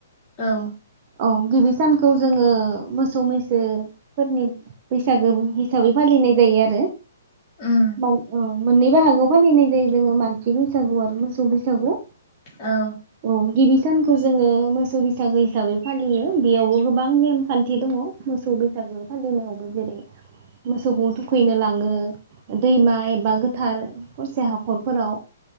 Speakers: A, on the left; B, on the right.
A: औ।
B: औ गिबि सानखौ जोङो मोसौ मैसोफोरनि बैसागो हिसाबै फालिनाय जायो आरो।
A: उम
B: मान औ मोननैबो बाहागोआव फालिनाय जायो जोङो मानसि बैसागु आरो मोसौ बैसागु।
A: औ
B: औ गिबि सानखौ जोङो मोसौ बैसागो हिसाबै फालियो। बेयावबो गोबां नेमखान्थि दङ मोसौ बैसागो फालिनायावबो जेरै मोसौखौ थुखैनो लाङो दैमा एब बा गोथार खरसे हाखरफोराव